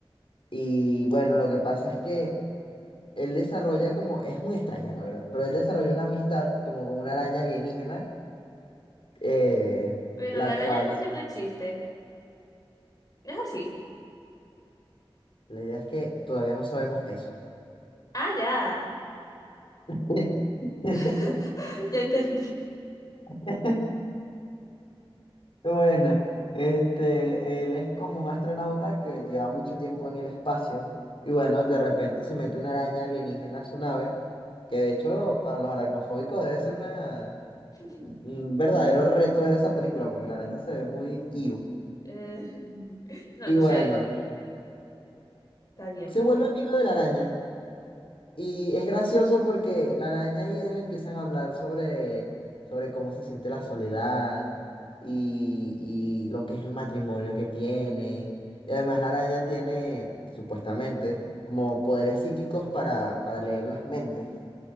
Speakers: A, on the left; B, on the left.
A: Y bueno, lo que pasa es que él desarrolla como, es muy extraña la verdad, pero él desarrolla una amistad como con una araña alienígena, eh,
B: pero
A: la
B: la araña
A: cual,
B: no que no existe, ¿no es así?
A: la idea es que todavía no sabemos eso.
B: Ah, ya,
A: <laughs>
B: <laughs> ya entendí.
A: <laughs> Bueno, este, él es como un astronauta que lleva mucho tiempo en el espacio y bueno,
B: Ok.
A: de repente se mete una araña alienígena a su nave, que de hecho para los aracnofóbicos debe ser una,
B: <laughs>
A: un verdadero reto ver esa película porque la araña se ve muy iu.
B: Eh, <laughs> no,
A: Y
B: no
A: bueno,
B: sé, está bien
A: se
B: pues.
A: vuelve amigo de la araña. Y es gracioso porque la araña y él empiezan a hablar sobre, sobre cómo se siente la soledad y, y lo que es el matrimonio que tienen. Y además la araña tiene, supuestamente, como poderes psíquicos para, para leer las mentes.